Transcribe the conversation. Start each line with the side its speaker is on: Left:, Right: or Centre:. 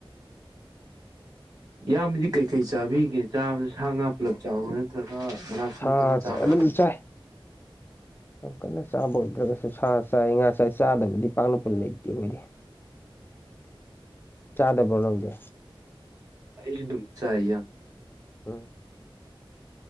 Right: ꯏꯌꯥꯝꯕꯗꯤ ꯀꯩꯀꯩ ꯆꯥꯕꯤꯒꯦ ꯆꯥꯕꯗꯤ ꯁꯥ ꯉꯥ ꯄꯨꯂꯞ ꯆꯥꯕ꯭ꯔꯥ ꯅꯠꯇ꯭ꯔꯒ ꯃꯅꯥ ꯃꯁꯤꯡꯇꯪ
Left: ꯁꯥꯁꯦ
Right: ꯆꯥꯕ꯭ꯔꯥ
Left: ꯑꯗꯨꯝ ꯆꯥꯏ ꯌꯥꯝ ꯀꯟꯅ ꯆꯥꯕ ꯑꯣꯏꯗ꯭ꯔꯒꯁꯨ ꯁꯥ ꯆꯥꯏ ꯉꯥ ꯆꯥꯏ ꯆꯥꯗꯕꯗꯤ ꯄꯥꯛꯅꯕꯨ ꯂꯩꯇꯦ ꯑꯩꯈꯣꯏꯗꯤ ꯆꯥꯗꯕ꯭ꯔꯣ ꯅꯪꯗꯤ
Right: ꯑꯩꯁꯨ ꯑꯗꯨꯝ ꯆꯥꯏ ꯏꯌꯥꯝ
Left: ꯎꯝ